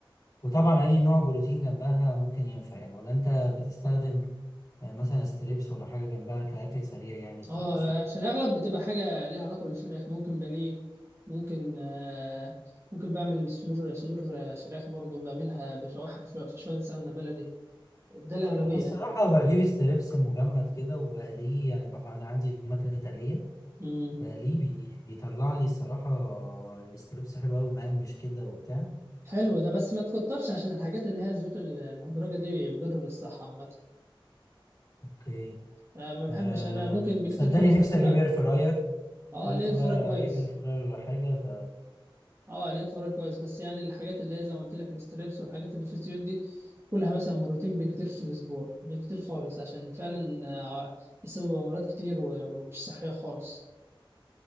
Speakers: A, on the left; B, on the right.
A: وطبعا اي نوع بروتين جنبها ممكن ينفع يعني ولا انت بتستخدم يعني مثلا ستريبس ولا حاجة جنبها كأكل سريع يعني يتخلصوا
B: اه في الاغلب بتبقى حاجه ليها علاقه بالفراخ ممكن بانيه ممكن آه ممكن بعمل صدور صدور آه، فراخ برضو بعملها بشوحها شويه في شويه سمنه بلدي ده الاغلبيه
A: أنا الصراحة بجيب ستريبس مجمد كده وبقليه يعني بح- أنا عندي مكنة تقلية
B: امم
A: بقليه بي- بيطلع لي الصراحة الستريبس حلو أوي مقرمش كده وبتاع
B: حلو ده بس ما تكترش عشان الحاجات اللي هي الزيوت المهدرجه دي مضره للصحه عامه
A: أوكي
B: آه ما بحبش
A: أم،
B: انا ممكن بكتير
A: صدقني
B: خالص باكلها
A: نفسي أجيب إير فراير
B: اه
A: قلت
B: ليه الفراخ
A: بقى
B: كويس
A: أجيب إير فراير ولا حاجة ف
B: اه ليه فراي كويس بس يعني الحاجات اللي هي زي ما قلت لك الستريبس والحاجات اللي في الزيوت دي كلها مثلا مرتين بالكتير في الاسبوع بالكتير خالص عشان فعلا آه، السبب امراض كتير و- ومش صحيه خالص